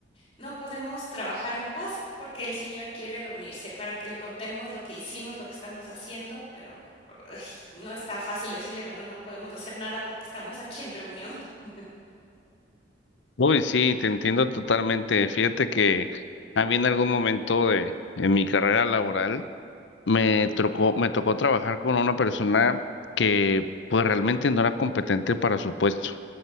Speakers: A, on the left; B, on the left.
A: No podemos trabajar en paz porque el Señor quiere reunirse para que le contemos lo que hicimos, lo que estamos haciendo, pero ay, no está fácil decirle, bueno, no podemos hacer nada porque estamos aquí en reunión. <laughs>
B: Uy, sí, te entiendo totalmente. Fíjate que a mí en algún momento de en mi carrera laboral me tocó, me tocó trabajar con una persona que pues realmente no era competente para su puesto.